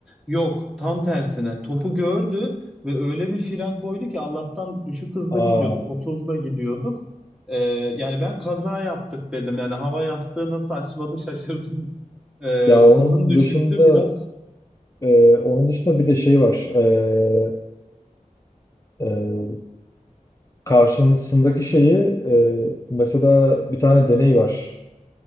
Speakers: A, in the centre; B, on the left.
A: Yok, tam tersine. Topu gördü ve öyle bir fren koydu ki Allah'tan düşük hızda
B: Aa,
A: gidiyorduk, otuzda gidiyorduk. Ee, yani ben kaza yaptık dedim. Yani hava yastığı nasıl açmadı şaşırdım. <laughs> Ee,
B: ya onun
A: hızım düşüktü
B: dışında
A: biraz.
B: e, onun dışında bir de şey var. E, e, karşısındaki şeyi e, mesela bir tane deney var.